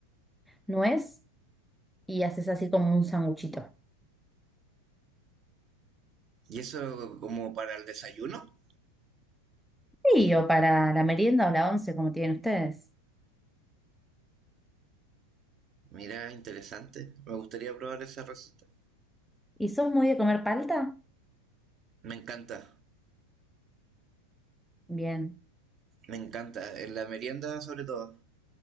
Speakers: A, in the centre; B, on the right (about 30°).
A: nuez y haces así como un sanguchito.
B: ¿Y eso como para el desayuno?
A: Sí, o para la merienda o la once, como tienen ustedes.
B: Mira, interesante. Me gustaría probar esa receta.
A: ¿Y sos muy de comer palta?
B: Me encanta,
A: Bien,
B: me encanta. En la merienda sobre todo.